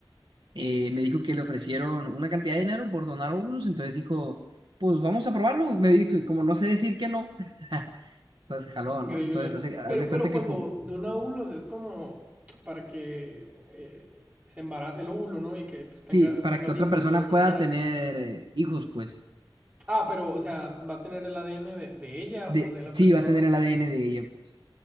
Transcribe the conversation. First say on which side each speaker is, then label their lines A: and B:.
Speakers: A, on the right; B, on the right.
A: eh, me dijo que le ofrecieron una cantidad de dinero por donar óvulos, entonces dijo, pues vamos a probarlo. Me dijo, y como no sé decir que no, <laughs> entonces jaló,
B: increíble.
A: ¿no? Entonces, hace, hace
B: Pero, pero
A: cuenta
B: cuando
A: que fue, un-
B: dona óvulos es como para que eh, se embarace el óvulo, ¿no? Y que pues, tengas,
A: sí, para
B: tengas
A: que otra
B: hijos,
A: persona
B: pero por
A: pueda
B: fuera.
A: tener eh, hijos, pues,
B: Ah, pero, o sea, ¿va a tener el ADN de, de ella
A: de,
B: o de la
A: sí,
B: persona?
A: va a tener el ADN de ella, pues.